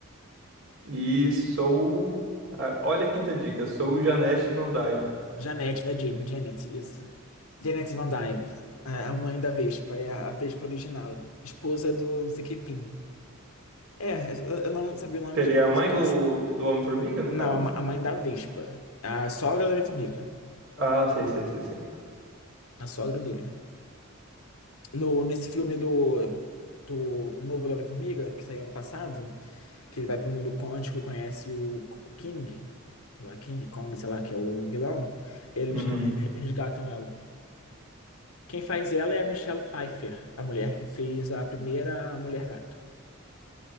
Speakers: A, on the right (about 60°); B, on the left (about 90°).
A: E sou. ah, olha a quinta dica. Sou Janete Van Dyne.
B: Janete, né, Jane? né? Janet, isso. Janet Van Dyne, a a mãe da Vespa, é a a Vespa original, esposa do não sei que Pin. É, eu eu não sabia o nome
A: Seria
B: de.
A: a mãe
B: cons-
A: do, do Homem-Formiga, no
B: Não,
A: caso?
B: a ma- a mãe da Vespa, a sogra da Homem-Formiga,
A: Ah, sei, sei, sei, sei.
B: a sogra dele. No, nesse filme do, do Novo Homem-Formiga, que saiu ano passado, que ele vai pro mundo quântico e conhece o, o King, sei lá, King Kong, sei lá, que é o vilão, eles
A: Uhum.
B: re- re- resgatam ela. Quem faz ela é a Michelle Pfeiffer, a mulher que fez a primeira Mulher Gato.